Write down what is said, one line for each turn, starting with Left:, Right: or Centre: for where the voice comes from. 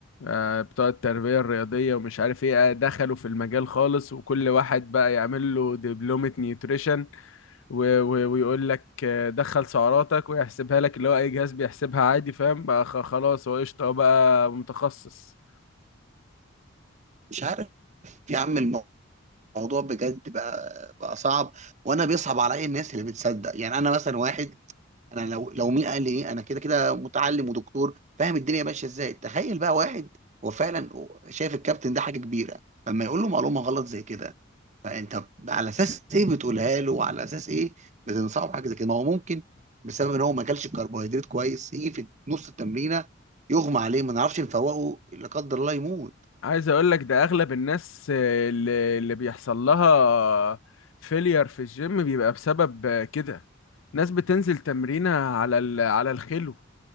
Left: آه بتوع التربية الرياضية ومش عارف ايه آه، دخلوا في المجال خالص وكل واحد بقى يعمل له دبلومة نيوتريشن و و ويقول لك آه، دخل سعراتك ويحسبها لك اللي هو اي جهاز بيحسبها عادي فاهم بقى خ- خلاص هو قشطة هو بقى متخصص
Right: مش عارف يا عم الموضوع بجد بقى بقى صعب وانا بيصعب عليا الناس اللي بتصدق يعني انا مثلا واحد انا لو لو مين قال لي إيه؟ انا كده كده متعلم ودكتور فاهم الدنيا ماشيه ازاي تخيل بقى واحد هو فعلا شايف الكابتن ده حاجه كبيره فما يقول له معلومه غلط زي كده فانت على اساس ايه بتقولها له وعلى اساس ايه بتنصحه بحاجه زي كده ما هو ممكن بسبب ان هو ما اكلش الكربوهيدرات كويس يجي في نص التمرينه يغمى عليه ما نعرفش نفوقه لا قدر الله يموت
Left: عايز اقول لك ده اغلب الناس آه، اللي اللي بيحصل لها فيلير في الجيم بيبقى بسبب آه، كده ناس بتنزل تمرينها على ال- على الخلو